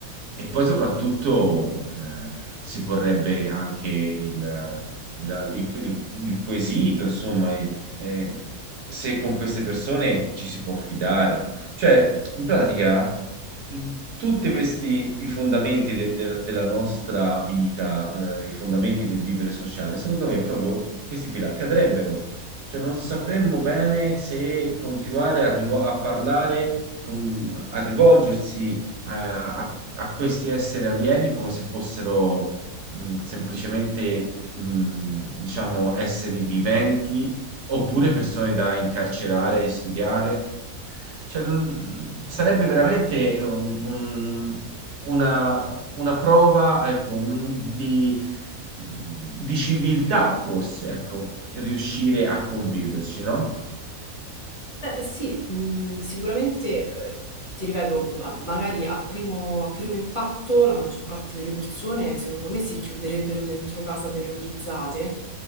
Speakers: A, on the right (about 60°); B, on the left (about 25°).
A: E poi soprattutto eh, si porrebbe anche il, eh, la- il- il- il quesito, insomma, eh, eh, se con queste persone ci si può fidare. Cioè, in pratica, mh, tutti questi i fondamenti de- de- della nostra vita, eh, i fondamenti del vivere sociale, secondo me proprio questi pilastri cadrebbero cioè, non sapremmo bene se continuare a, rivo- a parlare, con- a rivolgersi eh, a, a questi esseri alieni come se fossero mh, semplicemente, mh, diciamo, esseri viventi oppure persone da incarcerare e studiare. Cioè, non- sarebbe veramente eh, un- un- una, una prova, ecco, un- di di civiltà, forse, ecco, riuscire a conviverci, no?
B: Beh, sì, mh, sicuramente, eh, ti ripeto, ma- magari a primo, a primo impatto la maggior parte delle persone, secondo me, si chiuderebbero dentro casa terrorizzate,